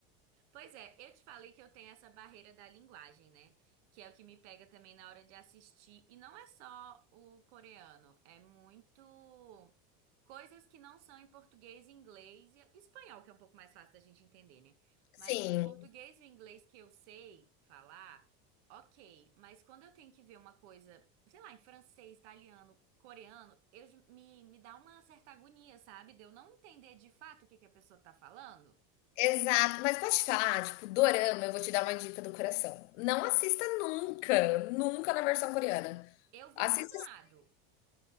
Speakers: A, on the right; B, on the left.
A: Pois é, eu te falei que eu tenho essa barreira da linguagem, né? Que é o que me pega também na hora de assistir. E não é só o coreano, é muito coisas que não são em português, inglês e espanhol, que é um pouco mais fácil da gente entender, né? Mas
B: Sim,
A: português e inglês que eu sei falar, ok. Mas quando eu tenho que ver uma coisa, sei lá, em francês, italiano, coreano, eu me, me dá uma certa agonia, sabe? De eu não entender de fato o que que a pessoa tá falando.
B: exato. Mas pode te falar, tipo, dorama, eu vou te dar uma dica do coração. Não assista nunca, nunca na versão coreana.
A: Eu vi
B: Assista.
A: dublado.